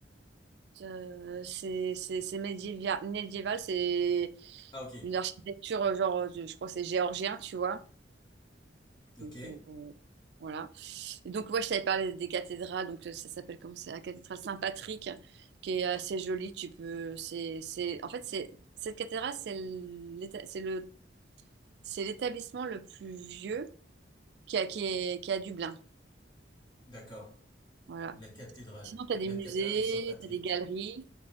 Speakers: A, on the right; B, on the left.
A: Euh, c'est c'est- c'est médiéva- médiéval, c'est
B: Ah, ok.
A: une architecture, euh, genre, euh, je crois que c'est géorgien, tu vois.
B: Ok.
A: Donc, euh, voilà. Et donc, ouais, je t'avais parlé des cathédrales. Donc, euh, ça s'appelle comment c'est la cathédrale Saint-Patrick, qui est assez jolie. Tu peux, c'est, c'est, en fait, c'est cette cathédrale, c'est l'éta- c'est le, c'est l'établissement le plus vieux qui a, qui est, qui est à Dublin.
B: D'accord.
A: Voilà.
B: La cathédrale.
A: Sinon, tu as des
B: La
A: musées,
B: cathédrale de Saint-Patrick.
A: tu as des galeries.